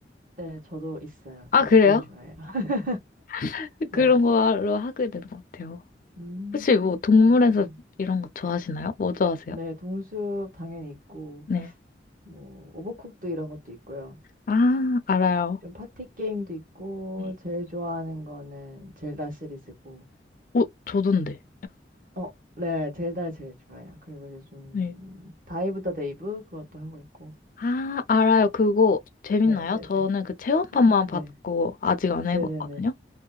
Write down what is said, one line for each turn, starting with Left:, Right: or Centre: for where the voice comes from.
Right: 네, 저도 있어요.
Left: 아,
Right: 저도
Left: 그래요?
Right: 게임 좋아해요. <laughs>
Left: <laughs>
Right: 네.
Left: 그런 걸로 하게 되는 것 같아요.
Right: 음,
Left: 혹시 뭐 동물에서
Right: 그러시군.
Left: 이런 거 좋아하시나요? 뭐 좋아하세요?
Right: 네, 동숲 당연히 있고,
Left: 네.
Right: 뭐, 오버쿡도 이런 것도 있고요.
Left: 아, 알아요.
Right: 좀 파티 게임도 있고,
Left: 네.
Right: 제일 좋아하는 거는 젤다 시리즈고.
Left: 어, 저던데.
Right: 어, 네, 젤다 제일 좋아요. 그리고 요즘
Left: 네.
Right: 다이브 더 데이브 그것도 하고 있고.
Left: 아, 알아요. 그거 재밌나요?
Right: 네, 네,
Left: 저는
Right: 네.
Left: 그 체험판만
Right: 네, 네,
Left: 봤고 아직 안 해봤거든요.
Right: 네, 네, 네.